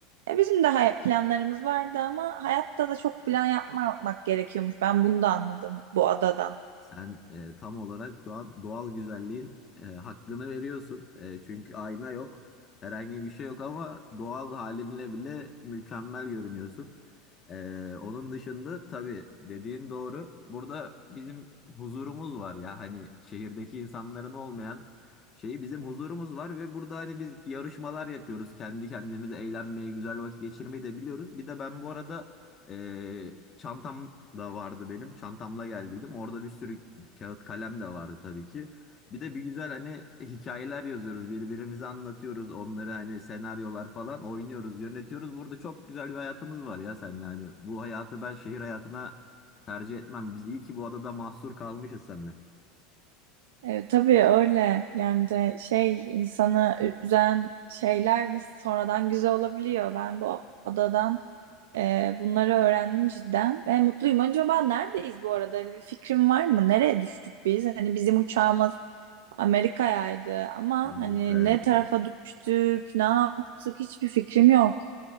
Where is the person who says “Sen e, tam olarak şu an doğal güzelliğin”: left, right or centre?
Left